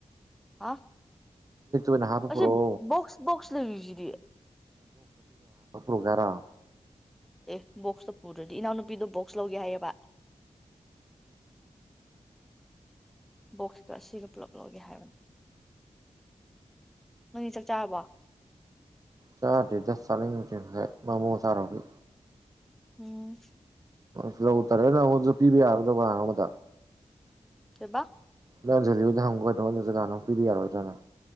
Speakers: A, in the centre; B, on the right (about 30°).
A: ꯍꯥ
B: ꯑꯣꯏꯅ ꯍꯥꯞꯄ ꯄꯨꯔꯛꯑꯣ
A: ꯑꯩꯁ ꯕꯣꯛꯁ ꯕꯣꯛꯁ ꯂꯩꯖꯔꯤ
B: ꯎꯒꯔꯥ
A: ꯑꯦ ꯕꯣꯛꯁꯇꯣ ꯄꯨꯔꯗꯤ ꯏꯅꯥꯎꯅꯨꯄꯤꯗꯣ ꯕꯣꯛꯁ ꯂꯧꯒꯦ ꯍꯥꯏꯌꯦꯕ ꯕꯣꯛꯁꯀ ꯑꯁꯤꯒ ꯄꯨꯂꯞ ꯂꯧꯒꯦ ꯍꯥꯏꯕꯅꯤ ꯅꯪꯅꯤ ꯆꯥꯛ ꯆꯥꯔꯕꯣ
B: ꯆꯗꯤ ꯗꯁ ꯆꯇ ꯃꯃꯣ ꯆꯥꯔꯣꯒꯤ
A: ꯎꯝ
B: ꯁꯂꯣ ꯎꯇꯔꯦꯁꯨ ꯄꯕꯤ ꯌꯥꯔ ꯃꯊ
A: ꯀꯕ
B: ꯅꯪ ꯂꯤꯗ ꯍꯪꯉꯗ ꯖꯒꯥꯣ ꯄꯤꯗꯤ ꯌꯥꯔꯣꯏꯗ꯭ꯔꯅ